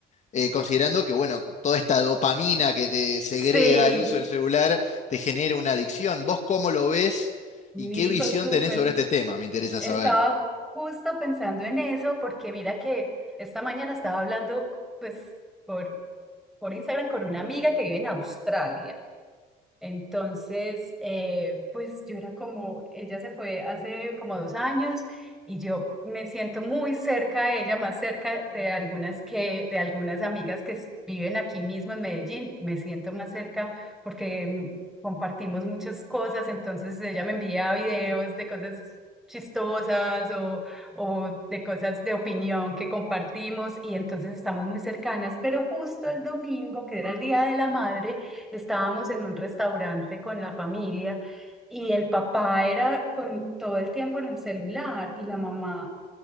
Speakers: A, on the left; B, in the centre.
A: eh, considerando que, bueno, toda esta dopamina que te segrega
B: Sí,
A: el uso del celular te genera una adicción. ¿Vos cómo lo ves
B: Nico,
A: y qué visión
B: súper.
A: tenés sobre este tema? Me interesa
B: Estaba
A: saber.
B: justo pensando en eso porque mira que esta mañana estaba hablando pues por, por Instagram con una amiga que vive en Australia. Entonces, eh, pues yo era como, ella se fue hace como dos años y yo me siento muy cerca de ella, más cerca de algunas que, de algunas amigas que s- viven aquí mismo en Medellín, me siento más cerca porque mm, compartimos muchas cosas, entonces ella me envía videos de cosas chistosas o, o de cosas de opinión que compartimos y entonces estamos muy cercanas, pero justo el domingo, que era el Día de la Madre, Estábamos en un restaurante con la familia y el papá era con todo el tiempo en el celular y la mamá,